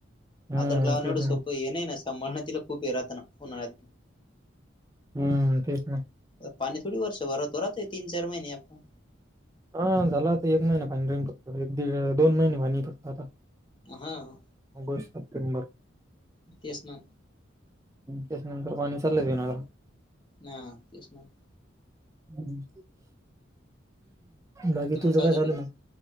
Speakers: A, on the right; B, on the left.
A: हम्म
B: आद्रत लावनं
A: तेच
B: एवढं
A: ना
B: सोपं ये नाही ना सांभाळाना तिला खूप ये राहात ना उन्हाळत.
A: हम्म तेच ना.
B: पाणी थोडी वर्ष भरतो राहतोय राहतोय तीन चार महिने आता.
A: हा झाला आता एक महिना <unintelligible> एक दीड दोन महिने वाणी फक्त आता.
B: हा
A: ऑगस्ट, सप्टेमबर
B: तेच ना
A: त्याच्यनंतर पाणी चाललं देणार.
B: ना तेच ना.
A: हम्म. बाकी तुझं
B: मग
A: काय
B: चालू
A: झाल
B: आहे
A: मग?